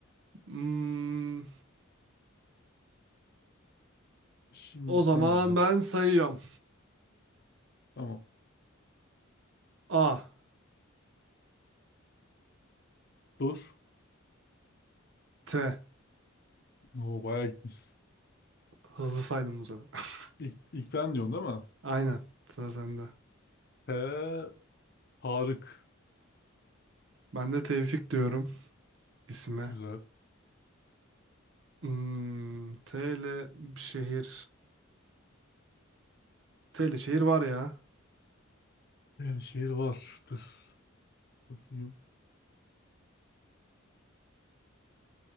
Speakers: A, on the right; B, on the left.
A: Hmm.
B: Şimdi
A: O zaman
B: sen diyeceksin.
A: ben sayıyorum.
B: Tamam.
A: A,
B: Dur.
A: T.
B: Oo, bayağı gitmişsin.
A: Hızlı saydım bu sefer. <laughs>
B: İlk, ilk ben diyorsun değil mi?
A: Aynen. Sıra sende.
B: T. Tarık.
A: Ben de Tevfik diyorum isime.
B: Güzel.
A: Hmm. T ile bir şehir. T ile şehir var ya.
B: şehir vardır. Bakayım.